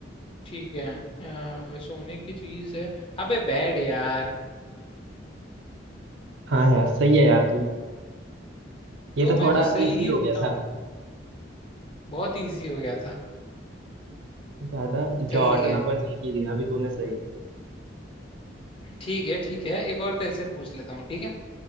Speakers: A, on the left; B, on the right.
A: ठीक है आ, वे सोने की चीज है अबे बैड यार
B: हाँ यार सही है यार तू ये
A: तो
B: तो
A: मैं
B: थोड़ा
A: तो सही
B: इजी
A: ही
B: हो
A: होता
B: गया था
A: हूँ बहुत इजी हो गया था
B: ज्यादा
A: चल
B: जॉट
A: ठीक
B: ना
A: है
B: बनने की दिया अभी तूने सही
A: ठीक है ठीक है एक और तेरे से पूछ लेता हूँ ठीक है